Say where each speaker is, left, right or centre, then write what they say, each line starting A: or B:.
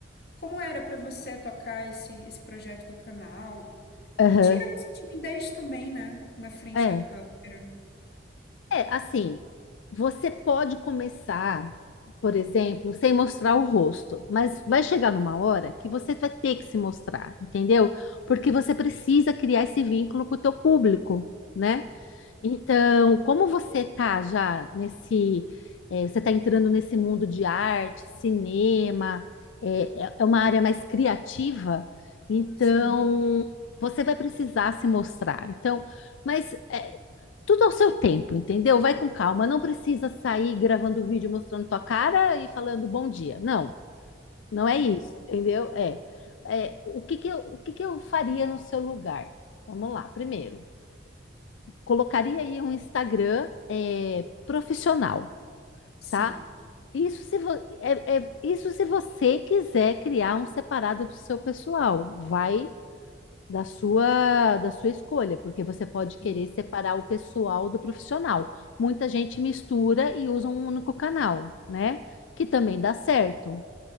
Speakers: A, on the left; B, on the left.
A: como era para você tocar esse, esse projeto do canal,
B: aham.
A: e tirar essa timidez também, né, na frente
B: É.
A: da câmera.
B: É, assim, você pode começar, por exemplo, sem mostrar o rosto, mas vai chegar numa hora que você vai ter que se mostrar, entendeu? Porque você precisa criar esse vínculo com o teu público, né? Então, como você tá já nesse, eh, você está entrando nesse mundo de arte, cinema, eh, é, é uma área mais criativa, então
A: Sim,
B: você vai precisar se mostrar. Então, mas eh, tudo ao seu tempo, entendeu? Vai com calma, não precisa sair gravando vídeo mostrando tua cara e falando bom dia. Não, não é isso, entendeu? É, é o que que eu, o que que eu faria no seu lugar? Vamos lá, primeiro colocaria aí um Instagram é, profissional,
A: sim,
B: tá? Isso se, vo- é- é- isso se você quiser criar um separado do seu pessoal, vai da sua da sua escolha, porque você pode querer
A: sim,
B: separar o pessoal do profissional. Muita gente mistura e usa um único canal, né? Que também dá certo,